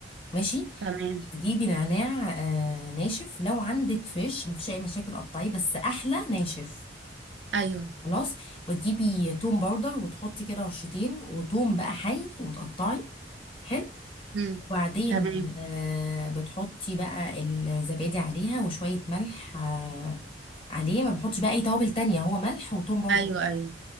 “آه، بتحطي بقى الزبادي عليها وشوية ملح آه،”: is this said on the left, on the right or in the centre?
Left